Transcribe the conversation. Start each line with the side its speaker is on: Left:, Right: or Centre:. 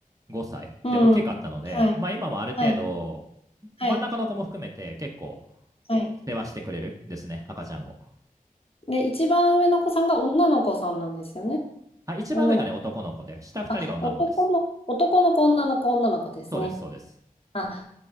Right: 5歳で、
Left: うん、
Right: 大きかったので、
Left: はい、
Right: まあ、今もある程度、
Left: はい、はい、
Right: 真ん中の子も含めて結構、
Left: はい。
Right: 世話してくれるですね、赤ちゃんを。
Left: で、一番上の子さんが女の子さんなんですよね。
Right: あ、一番上がね、
Left: 女の子。
Right: 男の子で、下2人が女の子です。
Left: あ、男の、男の子、女の子、女の子ですね。
Right: そうです、そうです。
Left: あ、